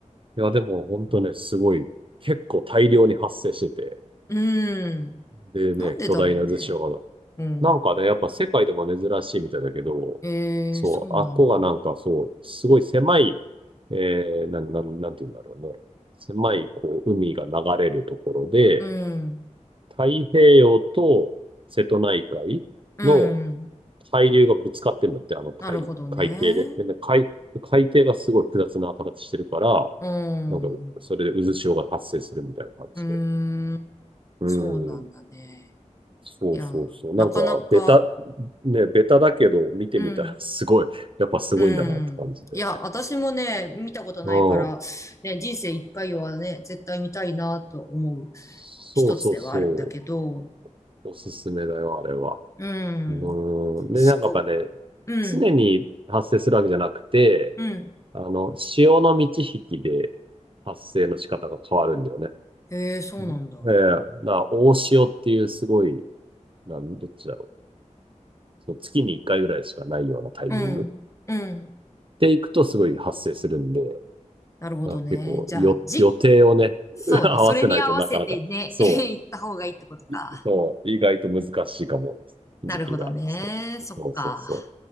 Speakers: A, on the right; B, on the left.
A: いや、でも本当ね、すごい、結構大量に発生してて、
B: うん。
A: でね、
B: なんでだろうね。
A: 巨大な渦潮が、
B: うん。
A: なんかね、やっぱ世界でも珍しいみたいだけど、
B: ええそうなんだ。
A: そう、あっこがなんかそう、すごい狭い、えー、なん、なん、なんて言うんだろうね、狭い、こう、海が流れるところで、
B: うん。
A: 太平洋と瀬戸内海の
B: うん。
A: 海流がぶつかってんだって、あの海、
B: なるほどね。
A: 海底で。で、海、海底がすごい複雑な形してるから、
B: うん。
A: なんか、それで渦潮が発生するみたいな感じで。
B: うーん。
A: うん。
B: そうなんだね。
A: そうそうそう。
B: いや、
A: なんか、
B: なかなか、
A: ベタ、ね、ベタだけど、見てみたら
B: うん。
A: <laughs> すごい、やっぱすごいんだなって感じで。
B: うん。いや、私もね、見たことないから、
A: うん。うん。
B: ね、人生一回はね、絶対見たいなと思う
A: そうそうそう。
B: 一つではあるんだけど、
A: おすすめだよ、あれは。
B: うん。
A: うん。
B: 四国、
A: で、なんかやっぱね、
B: うん、
A: 常に発生するわけじゃなくて、
B: うん。
A: あの、潮の満ち引きで発生の仕方が変わるんだよね。
B: へえ、そうなんだ。
A: うんええ、だから大潮っていうすごい、なん、どっちだろう。その月に1回ぐらいしかないようなタイミング
B: うん、うん。
A: で行くとすごい発生するんで、
B: なるほどね。
A: なんか結構よ、
B: じゃあ、じ、
A: 予定をね、
B: そうね、
A: <laughs> 合わせないとなかなか、
B: それに合わせてね、
A: そ
B: <laughs> 行った方がいいってことか。
A: う、そう、意外と難しいかも、
B: なるほどね。
A: 時期が。そう、
B: そっか。
A: そうそうそ